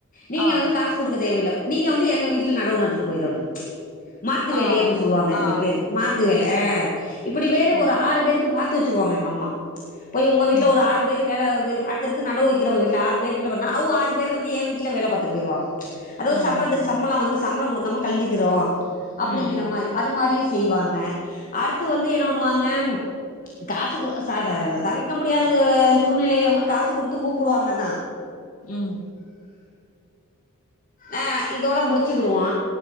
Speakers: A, on the left; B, on the left.
A: நீங்க
B: ஆ
A: வந்து காசு குடுக்க தேவையில்லை நீங்க வந்து எங்க வீட்டுல நடவு நட்டுட்டு போயிடணு மாத்து வேலை
B: ஆ
A: அப்டின்னு சொல்லுவாங்க அதுக்கு
B: ஆ
A: பேர் மாத் இங்கு வேல ஆ இப்படி வேற
B: ம்
A: ஒரு ஆறு பேருக்கு பாத்து வச்சிருவாங்க எங்கம்மா போய் உங்க வீட்டல
B: ம்
A: ஒரு ஆறு பேரு வேல அடுத்தடுத்து நடவு வைக்கிறவங்க வீட்ல ஆறு பேத்துல அவங்க ஆறு பேரும் வந்து ஏ வீட்ல வேல பாத்துட்டு போயிருவாங்க ப்ச் அதாவது
B: ம்
A: சம்பளத்துக்கு சம்பள வந்து சம்பள கொடுக்காம கழிஞ்ஞிக்கிறோ அப்படிங்கிற
B: ம்
A: மாரி அது மாரியு செய்வாங்க அடுத்து வந்து என்ன பண்ணுவாங்க காசு ச ச தவிர்க்க முடியாதது சூழ்நிலையில வந்து காசு கொடுத்தும் கூப்புடுவாங்க தா
B: ம்
A: ஆ இதோட முடிசுக்கிடுவோ